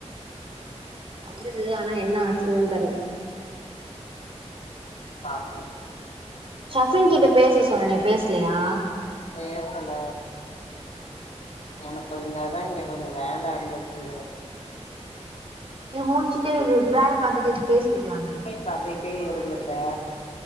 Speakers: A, on the right; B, on the left.
A: வந்துடுது ஆனா என்ன ஆச்சுன் தா தெர்ல
B: பாப்ப
A: ஷஃபின் கிட்ட பேசு சொன்னனே பேச்லையா
B: பேசல எனக்கு இங்க அதா இங்க கொஞ்ச அதா இங்க கொஞ்ச வேல இருந்துச்சு
A: இது முடிச்சுட்டே இது வேல பாத்துட்டு இது பேசிருக்கலாமே
B: பாத்துட்டே இருந்துட்டே